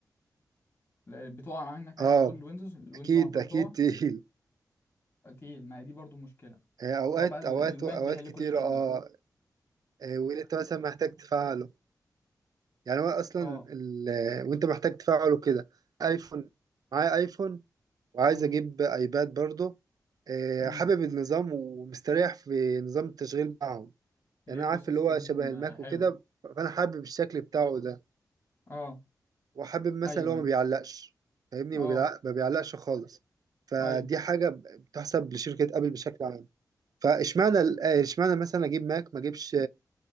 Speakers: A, on the left; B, on the right.
A: لا، بتقع منك يعني
B: آه
A: على طول الويندوز الويندوز
B: أكيد
A: على طول
B: أكيد
A: بتقع
B: تقيل
A: تقيل ما هي دي برضو مشكلة
B: آه، أوقات
A: هو بقى ال-
B: أوقات
A: الماك
B: أوقات
A: بيحل
B: كتير
A: كل الكلام
B: آه
A: ده
B: آه، واللي أنت مثلا محتاج تفعله يعني هو اصلا
A: اه
B: ال... وانت محتاج تفعله كده ايفون معايا ايفون وعايز
A: امم
B: اجيب ايباد برضه آه،
A: امم
B: حابب النظام ومستريح في نظام التشغيل معاهم
A: الايكو
B: يعني انا عارف
A: سيستم
B: اللي هو شبه الماك
A: آه، حلو
B: وكده فانا حابب الشكل بتاعه ده
A: اه
B: وحابب مثلا
A: ايوه
B: اللي هو
A: ايوه
B: ما بيعلقش فاهمني
A: اه
B: ما بيلع- ما بيعلقش خالص فدي
A: ايوه
B: حاجة بتحسب لشركة ابل بشكل عام فاشمعنى ال- آه، اشمعنى مثلا اجيب ماك ما اجيبش